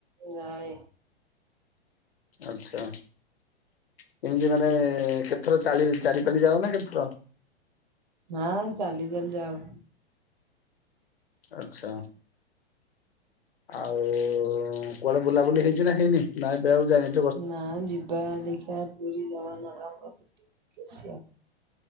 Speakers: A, on the right; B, on the left.
A: ଯାଏ।
B: ଆଛା, କେମିତି ମାନେ କେତଥର ଚାଲି ଚାରିପାଲି ଯାଉ ନା କେତେଥର?
A: ନାଁ ଚାଲି ଚାଲି ଯାଉ।
B: ଆଛା। ଆଉ, କୁଆଡେ ବୁଲାବୁଲି ହେଇଛି ନା ହେଇନି, ନାଇଁ ଏବେ ଆଉ ଯାଇନି
A: ନା ଯିବା ଦେଖିବା ପୁରୀ ଜଗନ୍ନାଥଙ୍କୁ ଟିକେ ଦେଖିକି ଆସିବା।